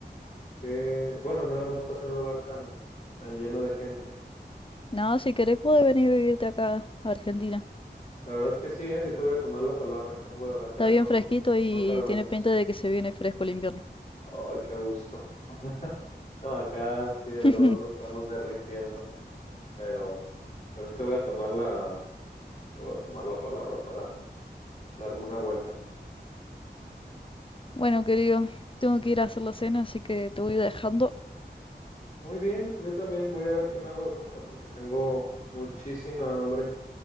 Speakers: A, on the left (about 45°); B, on the left (about 30°).
A: Eh, bueno, al menos no estás en un lugar tan, tan lleno de gente.
B: Nada, si querés puedes venir a vivirte acá a Argentina.
A: La verdad es que sí, eh, sí te voy a tomar la palabra. Acá en Guadalajara
B: Está bien
A: no,
B: fresquito y
A: no cabemos.
B: tiene pinta de que se viene fresco el invierno.
A: Ay, qué gusto. No, acá sí de verdad
B: <laughs>
A: nos estamos derritiendo. pero, pero sí te voy a tomar la, te voy a tomar la palabra para darme una vuelta.
B: Bueno, querido, tengo que ir a hacer la cena, así que te voy dejando.
A: Muy bien, yo también voy a ver qué me hago de comer porque tengo muchísima hambre,